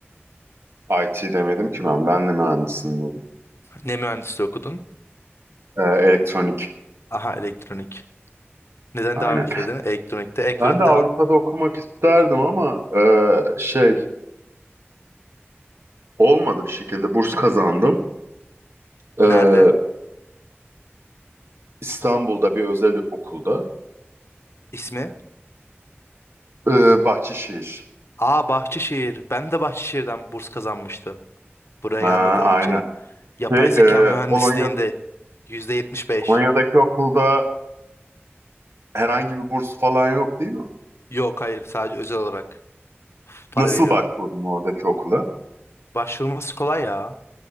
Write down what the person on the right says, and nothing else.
IT demedim ki ben. Ben de mühendisim bu.
Ee, elektronik.
Aynen.
Ben de Avrupa'da
okumak isterdim ama e, şey olmadı bir şekilde. Burs kazandım. Ee,
İstanbul'da bir özel okulda.
Ee, Bahçeşehir.
Ha,
aynen.
Şey,
e, Polonya,
Polonya'daki okulda herhangi bir burs falan yok değil mi?
Nasıl
başvurdun oradaki okula?